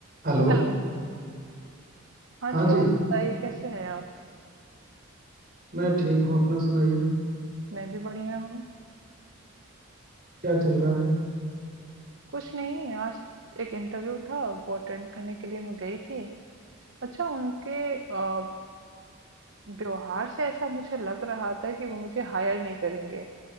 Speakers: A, on the right; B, on the right.
A: Hello
B: Hello हाँ
A: हाँ
B: जी और
A: जी
B: बताइए कैसे हैं आप
A: मैं ठीक हूँ अपना सुनाइए
B: मैं भी बढ़िया हूँ
A: क्या चल रहा है
B: कुछ नहीं आज एक इंटरव्यू था वो अटेंड करने के लिए मैं गई थी अच्छा उनके अ, व्यवहार से ऐसा मुझे लग रहा था कि वो मुझे हायर नहीं करेंगे